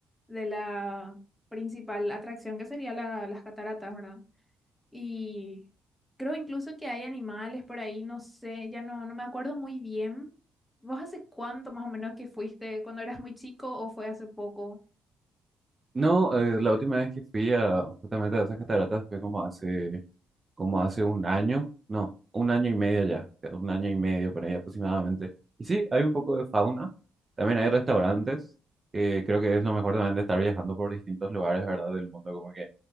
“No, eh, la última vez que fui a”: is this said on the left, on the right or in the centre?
Right